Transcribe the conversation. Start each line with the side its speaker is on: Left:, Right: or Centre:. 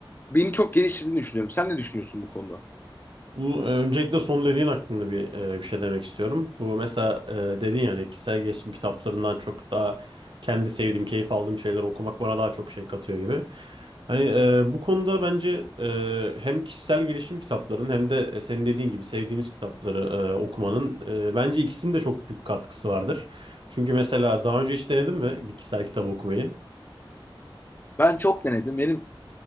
Left: beni çok geliştirdiğini düşünüyorum. Sen ne düşünüyorsun bu konuda?
Right: Bu, e, öncelikle son dediğin hakkında bir e, bir şey demek istiyorum. Bu mesela e, dedin yani kişisel gelişim kitaplarından çok daha kendi sevdiğim, keyif aldığım şeyleri okumak bana daha çok şey katıyor gibi. Hani e, bu konuda bence e, hem kişisel gelişim kitaplarının hem de e, senin dediğin gibi sevdiğimiz kitapları e, okumanın e, bence ikisinin de çok büyük katkısı vardır. Çünkü mesela daha önce hiç denedin mi bir kişisel kitap okumayı?
Left: Ben çok denedim. Benim